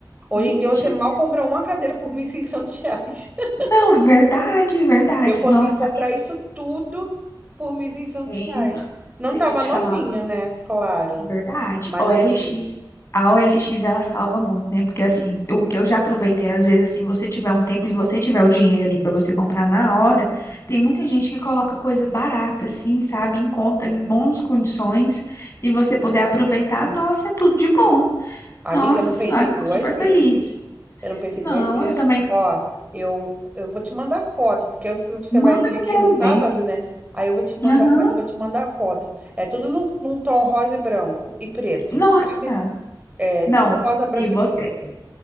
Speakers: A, on the right; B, on the left.
A: Hoje
B: Mentira.
A: em dia você mal compra uma cadeira por 1.600 reais. <laughs>
B: Não, verdade, verdade.
A: E eu consegui
B: Nossa,
A: comprar isso tudo por mil e seiscentos
B: bem,
A: reais. Não
B: deixa
A: tava
B: eu te
A: novinha,
B: falar.
A: né? Claro.
B: Verdade.
A: Mas
B: o OLX,
A: assim,
B: a OLX ela salva muito, né? Porque assim, o que eu já aproveitei, às vezes, assim, você tiver um tempo e você tiver o dinheiro ali para você comprar na hora, tem muita gente que coloca coisa barata, assim, sabe, em conta, em boas condições, e você poder aproveitar, nossa, é tudo de bom.
A: amiga,
B: Nossa
A: eu não
B: senhora,
A: pensei
B: fico
A: duas
B: super
A: vezes.
B: feliz.
A: Eu não pensei
B: Não,
A: duas vezes.
B: eu também.
A: Ó, eu, eu vou te mandar foto, porque se você
B: Manda
A: vai vir
B: que
A: aqui
B: eu quero
A: no sábado,
B: ver.
A: né? Aí eu vou te mandar,
B: Aham.
A: mas eu vou te mandar foto. É tudo num, num tom rosa e branco e preto,
B: Nossa!
A: sabe? É
B: Não,
A: tudo rosa, branco
B: e você.
A: e preto.